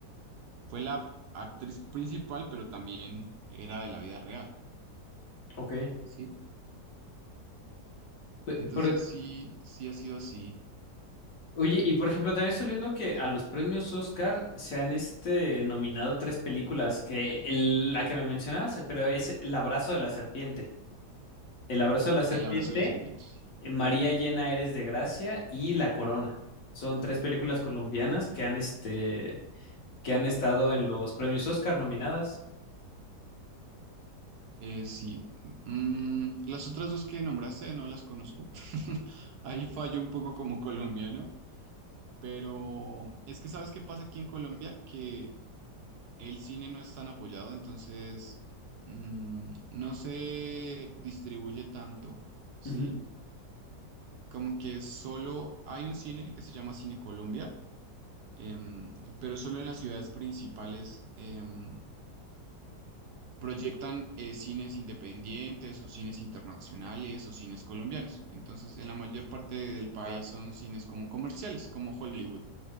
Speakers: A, on the right; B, on the left.
A: fue la actriz principal, pero también era de la vida real,
B: Ok.
A: ¿sí?
B: Pe-
A: Entonces
B: por-
A: sí, sí ha sido así
B: oye, y por ejemplo, también estoy viendo que a los premios Oscar se han este, nominado tres películas, que el- la que me mencionabas, pero es El abrazo de la serpiente. El abrazo de la serpiente.
A: el abrazo de las serpientes.
B: eh, María llena eres de gracia y La Corona. Son tres películas colombianas
A: Uh,
B: que han, este, que han estado en los premios Oscar nominadas.
A: eh, sí. Mm, las otras dos que nombraste no las conozco. <laughs> Ahí fallo un poco como colombiano, pero es que ¿sabes qué pasa aquí en Colombia? Que El cine no es tan apoyado, entonces mm, no se distribuye tanto, ¿sí?
B: Ujú.
A: Como que solo hay un cine que se llama Cine Colombia, em, pero solo en las ciudades principales em, proyectan eh, cines independientes o cines internacionales o cines colombianos. Entonces, en la mayor parte del país son cines como comerciales, como Hollywood,